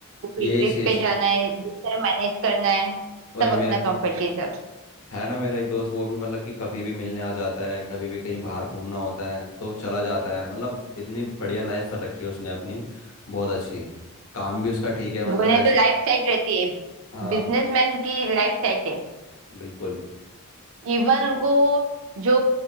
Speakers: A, on the right (about 60°); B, on the left (about 75°).
A: कोई
B: यही
A: ट्रिप
B: चीज़
A: पे जाना है जिस तरह मैनेज करना है
B: वही
A: सब
B: मेरे
A: अपना कंफर्ट के हिसाब से
B: है ना मेरा एक दोस्त वो भी मतलब कि कभी भी मिलने आ जाता है कभी भी कहीं बाहर घूमना होता है तो चला जाता है मतलब इतनी बढ़िया लाइफ कर रखी है उसने अपनी बहुत अच्छी काम भी उसका ठीक है मतलब
A: बोले
B: ऐस
A: तो लाइफ सेट रहती है
B: हाँ
A: बिजनेसमैन की लाइफ सेट है
B: बिल्कुल
A: इवन उनको जो